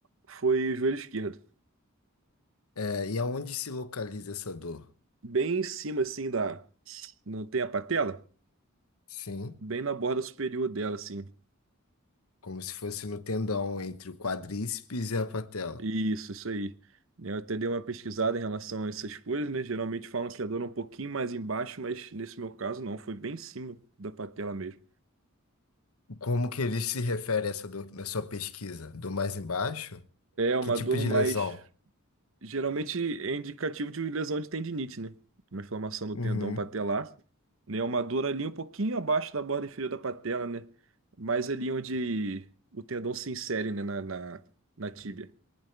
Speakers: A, on the right; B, on the left.
A: Foi o joelho esquerdo.
B: É, e aonde se localiza essa dor?
A: Bem em cima, assim, da... Não tem a patela?
B: Sim,
A: Bem na borda superior dela, assim.
B: como se fosse no tendão entre o quadríceps e a patela.
A: Isso, isso aí. Eu até dei uma pesquisada em relação a essas coisas, né? Geralmente falam que a dor é um pouquinho mais embaixo, mas nesse meu caso não. Foi bem em cima da patela mesmo.
B: Como que ele se refere a essa dor na sua pesquisa? Dor mais embaixo?
A: É uma
B: Que tipo
A: dor
B: de
A: mais...
B: lesão?
A: Geralmente é indicativo de lesão de tendinite, né? Uma inflamação do
B: Uhum.
A: tendão patelar, né? Uma dor ali um pouquinho abaixo da borda inferior da patela, né? Mais ali onde o tendão se insere, né? Na, na, na tíbia.